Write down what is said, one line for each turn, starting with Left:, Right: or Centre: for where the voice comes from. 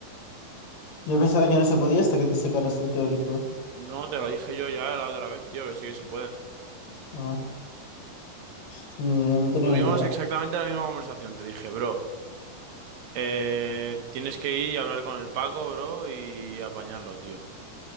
Left: Yo pensaba que no se podía hasta que te sacaras el teórico.
Right: No, te lo dije yo ya la otra vez, tío, que sí que se puede.
Left: Ah, pues, ni idea, no tenía
Right: Tuvimos
Left: ni idea.
Right: exactamente la misma conversación. Te dije, bro, eh, tienes que ir y hablar con el Paco, bro, y apañarlo, tío.